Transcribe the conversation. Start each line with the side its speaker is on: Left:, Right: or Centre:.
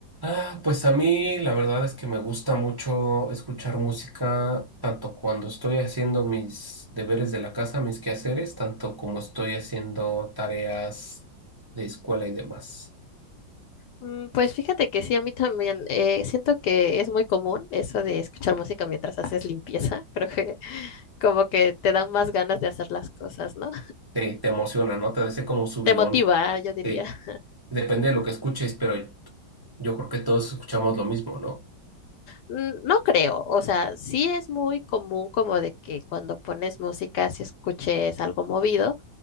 Right: Ah, pues a mí la verdad es que me gusta mucho escuchar música, tanto cuando estoy haciendo mis deberes de la casa, mis quehaceres, tanto como estoy haciendo tareas de escuela y demás.
Left: Mm, Pues fíjate que sí, a mí también. eh, siento que es muy común eso de escuchar música mientras haces limpieza. <laughs> Creo que como que te dan más ganas de hacer las cosas, ¿no?
Right: Sí, te emociona, ¿no? Te da ese como subidón.
Left: Te motiva, yo diría.
Right: Sí, depende de lo que escuches, pero yo creo que todos escuchamos lo mismo, ¿no?
Left: Mm, No creo, o sea, sí es muy común como de que cuando pones música, si escuches algo movido,